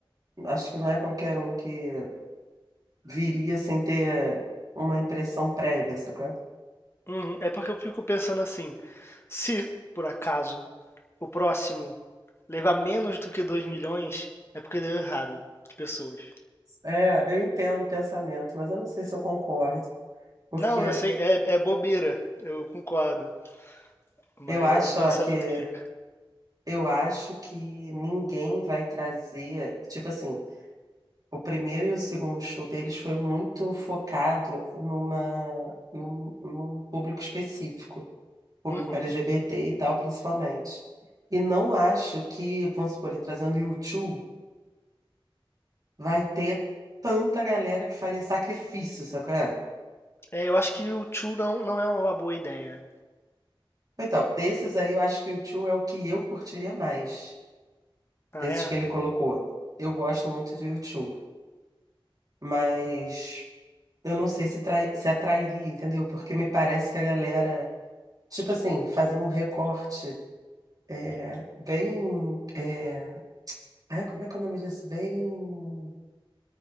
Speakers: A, on the right; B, on the left.
A: Acho que não é qualquer um que. viria sem ter uma impressão prévia, sacou?
B: Uhum. É porque eu fico pensando assim, se, por acaso, o próximo levar menos do que 2 milhões, é porque deu errado de pessoas.
A: É, eu entendo o pensamento, mas eu não sei se eu concordo, porque
B: Não, eu sei, é, é bobeira, eu concordo, mas
A: eu acho,
B: é um pensamento
A: ó, que
B: que fica.
A: eu acho que ninguém vai trazer, tipo assim, o primeiro e o segundo show deles foi muito focado numa num, num público específico, público
B: Uhum.
A: LGBT e tal, principalmente. E não acho que, vamos supor, ele trazendo U2, vai ter tanta galera que faria sacrifício, sacou?
B: É, eu acho que o Chu não, não é uma boa ideia.
A: Então, desses aí eu acho que o U2 é o que eu curtiria mais,
B: Ah,
A: desses
B: é?
A: que ele colocou. Eu gosto muito de U2, mas eu não sei se, trai- se atrairia, entendeu? Porque me parece que a galera, tipo assim, fazendo um recorte é, bem. É, ai, como é que é o nome disso? Bem.